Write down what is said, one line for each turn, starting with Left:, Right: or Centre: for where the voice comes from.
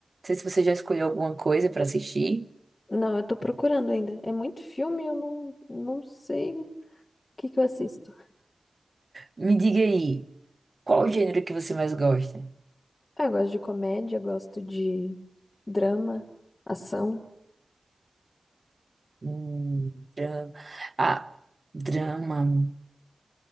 Right: sei se você já escolheu alguma coisa para assistir.
Left: Não, eu tô procurando ainda. É muito filme, eu não, não sei o que que eu assisto.
Right: Me diga aí, qual o gênero que você mais gosta?
Left: Ah, eu gosto de comédia, gosto de drama, ação.
Right: Hum, drama. Ah, drama.